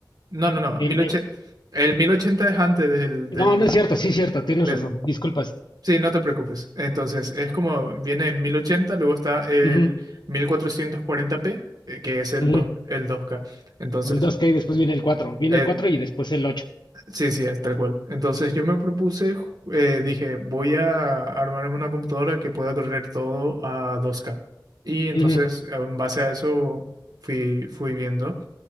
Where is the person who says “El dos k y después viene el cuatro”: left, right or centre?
Left